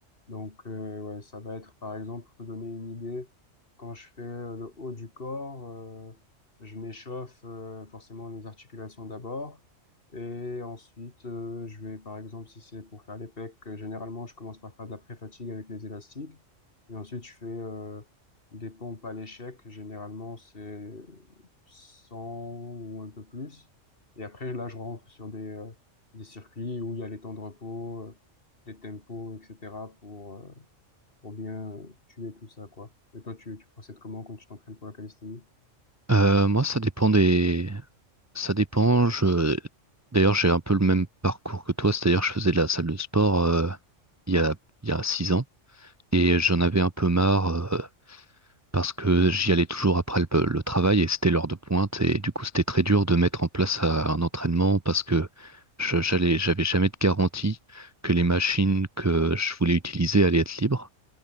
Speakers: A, on the left; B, on the right.
A: Donc, euh, ouais, ça va être, par exemple, pour te donner une idée, quand je fais euh, le haut du corps, euh, je m'échauffe euh, forcément les articulations d'abord. Et ensuite, euh, je vais, par exemple, si c'est pour faire les pecs, euh, généralement, je commence par faire de la pré-fatigue avec les élastiques. Et ensuite, je fais euh, des pompes à l'échec. Généralement, c'est 100 ou un peu plus. Et après, là, je rentre sur des, euh, des circuits où il y a les temps de repos, euh, les tempos, etc. pour, euh, pour bien euh, tuer tout ça, quoi. Et toi, tu, tu procèdes comment quand tu t'entraînes pour la calisthénie?
B: Euh, moi, ça dépend des, Ça dépend. Je... D'ailleurs, j'ai un peu le même parcours que toi, c'est-à-dire que je faisais de la salle de sport euh, il y a, il y a six ans et j'en avais un peu marre euh, parce que j'y allais toujours après le, le travail et c'était l'heure de pointe et du coup, c'était très dur de mettre en place euh, un entraînement parce que je, j'allais, j'avais jamais de garantie que les machines que je voulais utiliser allaient être libres.